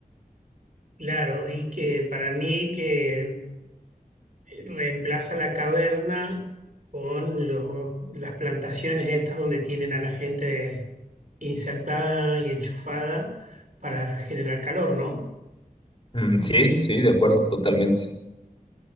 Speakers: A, on the right; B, on the left.
A: claro, y que para mí que reemplaza la caverna con los- las plantaciones estas donde tienen a la gente insertada y enchufada para generar calor, ¿no?
B: Mm, sí, sí, de acuerdo, totalmente.